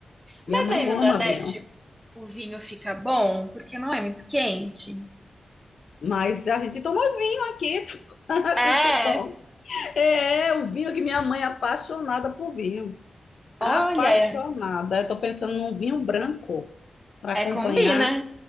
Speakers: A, on the left; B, in the centre.
A: Minha
B: Mas
A: mãe
B: aí
A: goma
B: no Nordeste
A: vinho.
B: o vinho fica bom porque não é muito quente.
A: Mas a gente toma vinho aqui, <laughs> a
B: É,
A: gente toma. É, é o vinho que minha mãe é apaixonada por vinho.
B: olha,
A: Apaixonada. Eu tô pensando num vinho branco para acompanhar,
B: é combina.